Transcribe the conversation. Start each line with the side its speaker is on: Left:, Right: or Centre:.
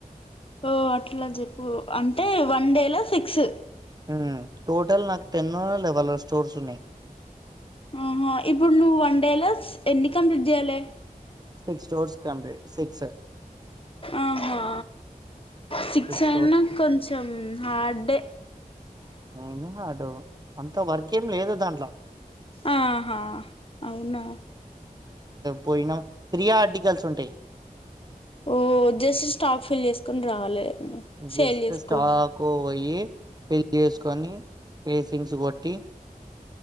Left: ఓ అట్లా చెప్పు అంటే వన్ డేలా సిక్స్
Right: హూ టోటల్ నాకు టెన్ లెవెన్ స్టోర్స్ ఉన్నాయ్
Left: ఆహా ఇప్పుడు నువ్వు వన్డేల ఎన్ని కంప్లీట్ చేయ్యాలే
Right: సిక్స్ స్టోర్స్ కంప్లీట్ సిక్స్
Left: ఆహా సిక్స్
Right: స్టోర్స్
Left: అయినా కొంచెం హార్డే
Right: అయినా అడు అంత వర్కెమీ లేదు దాంట్లో
Left: ఆహా అవునా
Right: పోయినా ఫ్రీ ఆర్టికల్స్ ఉంటాయి
Left: ఓ జస్ట్ స్టాక్ ఫిల్ చేసుకుని రావాలి సేల్
Right: జస్ట్
Left: చేసుకొని
Right: స్టాకు వయి వెళ్ళి చేసుకొని వ థింగ్స్ కొట్టి